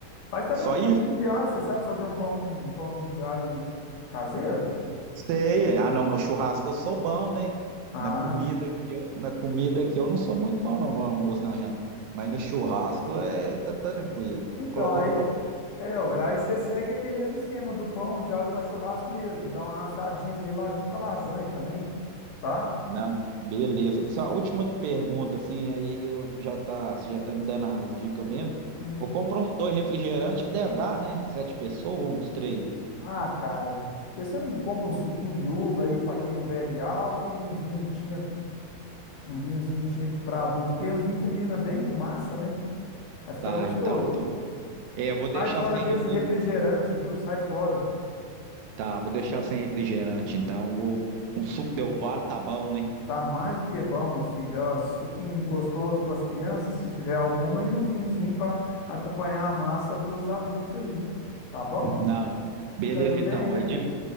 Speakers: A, on the left; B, on the right.
A: Faz também
B: Só
A: um pãozinho
B: isso?
A: de alho, você sabe fazer um pão, um pãozinho de alho caseiro?
B: Sei. Ah, não, no churrasco eu sou bom, né?
A: Ah,
B: Na comida aqui, eu- na comida aqui eu não sou muito bom, não, no almoço, na janta. Mas no churrasco é tá tranquilo.
A: então,
B: Vou colocar
A: aí,
B: um pão.
A: é, ó, aí você segue aquele mesmo esquema do pão de alho para churrasco mesmo, e dá uma assadinha nele lá junto com a lasanha também, tá?
B: Não, beleza. Só a última pergunta, assim, aí eu já tá, você já tá me dando as dicas mesmo.
A: Hum.
B: Vou comprar um dois refrigerantes que deve dar, né? Sete pessoas ou uns três?
A: Ah, cara, por que você não compra um suquinho de uva aí para quem não bebe álcool e um vinho tinto? Um vinhozinho tinto para adulto, porque um vinho combina bem com massa, né? Vai ficar
B: Tá,
A: gostoso.
B: então. então É, eu vou deixar
A: Sai fora
B: sem
A: desse
B: refrigerante.
A: refrigerante, viu? Sai fora.
B: Tá, vou deixar sem refrigerante, então. Vou... Um suco Del Valle tá bom, né?
A: Tá mais do que bom, meu filho. Ó, suquinho gostoso para as crianças, se tiver alguma, e um vinhozinho para acompanhar a massa para os adultos aí. Tá bom?
B: Não. Beleza,
A: Te ajudei,
B: então.
A: né?
B: Aí,
A: então.
B: des-